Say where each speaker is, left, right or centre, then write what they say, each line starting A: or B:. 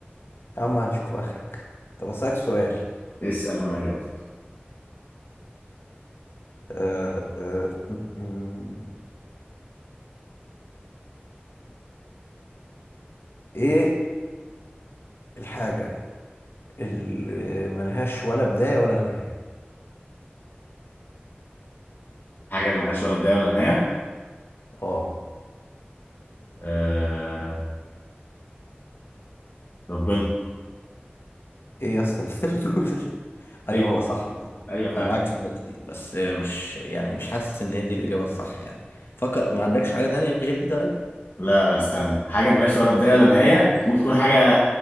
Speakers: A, on the left; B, on the left.
A: يا عم هنشوف اخرك طب اسألك سؤال
B: اسأل وانا جاوب
A: آه، آه، م- م- ايه الحاجة اللي ملهاش ولا بداية ولا نهاية
B: حاجة اللي ملهاش ولا بداية ولا نهاية
A: اه
B: آه... ربنا
A: ايه يا اسطى اللي انت بتقول ده؟ ايوه
B: ايوه
A: هو صح
B: ايوه فعلا
A: انا معاك في النقطة دي بس مش يعني مش حاسس ان هي دي الإجابة الصح يعني فكر ما عندكش حاجة تانية غير دي طيب
B: لا لا استنى حاجة ملهاش ولا بداية ولا نهاية ممكن تكون حاجة